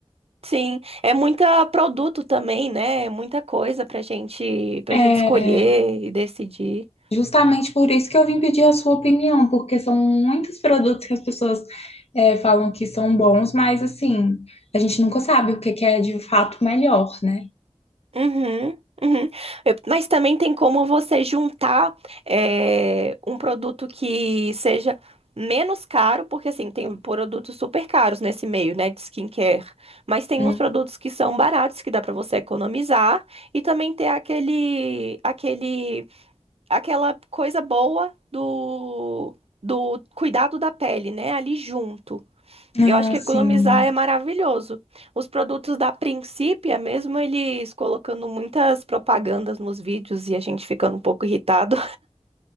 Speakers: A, on the right; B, on the left.
A: sim. É muito produto também, né? É muita coisa pra gente, pra
B: É
A: gente escolher e decidir.
B: justamente por isso que eu vim pedir a sua opinião, porque são muitos produtos que as pessoas é, falam que são bons, mas assim, a gente nunca sabe o que que é de fato melhor, né?
A: Uhum, uhum. Eu- Mas também tem como você juntar eh, um produto que seja menos caro, porque assim, tem produtos super caros nesse meio, né, de skincare. Mas tem
B: Hum.
A: uns produtos que são baratos, que dá pra você economizar, e também ter aquele, aquele, aquela coisa boa do, do cuidado da pele, né, ali junto.
B: Ah,
A: Eu acho que
B: sim.
A: economizar é maravilhoso. Os produtos da Principia, mesmo eles colocando muitas propagandas nos vídeos e a gente ficando um pouco irritado,